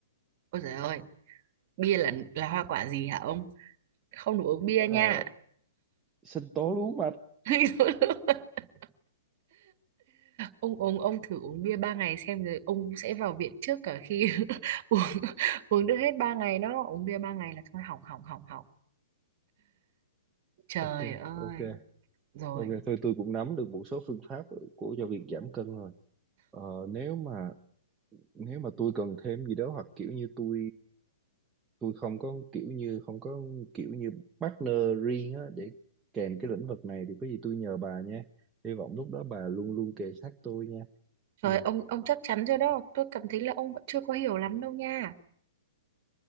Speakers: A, on the right (about 45°); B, on the right (about 15°).
A: ôi trời ơi bia là là hoa quả gì hả ông không đủ uống bia
B: Ờ,
A: nha
B: sinh tố lúa mạch
A: <laughs> ông uống ông thử uống bia ba ngày xem rồi ông sẽ vào viện trước cả khi <laughs> uống uống được hết ba ngày đó uống bia ba ngày là thôi hỏng hỏng hỏng hỏng trời
B: ok
A: ơi
B: ok
A: rồi
B: ok thôi tôi cũng nắm được một số phương pháp của cho việc giảm cân rồi ờ, nếu mà nếu mà tôi cần thêm gì đó hoặc kiểu như tôi tôi không có kiểu như không có kiểu như partner riêng á để kèm cái lĩnh vực này thì có gì tôi nhờ bà nha hy vọng lúc đó bà luôn luôn kề sát tôi nha
A: rồi
B: ừ.
A: ông ông chắc chắn chưa đó tôi cảm thấy là ông vẫn chưa có hiểu lắm đâu nha